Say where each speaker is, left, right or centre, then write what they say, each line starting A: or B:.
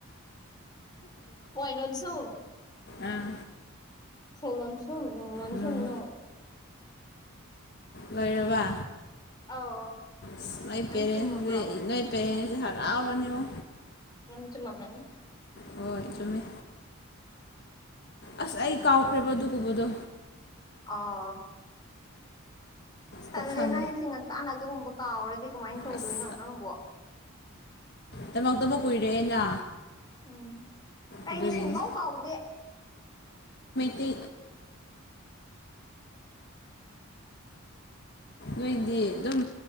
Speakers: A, on the left; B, on the left.
A: ꯋꯥꯏꯂꯣꯟꯁꯨꯝ
B: ꯑꯥ
A: ꯁꯧ ꯂꯣꯟꯁꯨꯝ ꯅꯨꯡ ꯂꯣꯟꯁꯨꯝ
B: ꯎꯝ
A: ꯅꯨꯡ
B: ꯂꯣꯏꯔꯕ
A: ꯑꯧ
B: ꯑꯁ ꯅꯣꯏ
A: ꯌꯥꯝ
B: ꯄꯦꯔꯦꯟꯁꯁꯦ
A: ꯆꯨꯝꯃꯕ꯭ꯔꯣ
B: ꯅꯣꯏ ꯄꯦꯔꯦꯟꯁꯁꯦ ꯍꯔꯥꯎꯔꯅꯤꯉꯣ
A: ꯂꯣꯏꯟ ꯆꯨꯝꯃꯝꯃꯅꯤ
B: ꯍꯣꯏ ꯆꯨꯝꯃꯦ ꯑꯁ ꯑꯩ ꯀꯥꯎꯈ꯭ꯔꯦꯕ ꯑꯗꯨꯒꯨꯝꯕꯗꯣ
A: ꯑꯣ ꯑꯁ
B: ꯄꯣꯛꯁꯝ
A: ꯇꯜꯂꯦ ꯅꯪꯁꯦ ꯉꯟꯇꯥꯅ ꯑꯗꯨꯒꯨꯝꯕ ꯀꯥꯎꯔꯗꯤ ꯀꯃꯥꯏꯅ ꯇꯧꯗꯣꯏꯅꯣ
B: ꯑꯁ
A: ꯅꯪꯕꯣ
B: ꯇꯃꯛꯇꯕꯨ ꯀꯨꯏꯔꯦꯅ
A: ꯎꯝ ꯑꯩꯗꯤ
B: ꯑꯗꯨꯒꯤꯅꯤ
A: ꯁꯨꯡ ꯀꯥꯎ ꯀꯥꯎꯗꯦ
B: ꯇꯤ ꯅꯣꯏꯗꯤ ꯑꯗꯨꯝ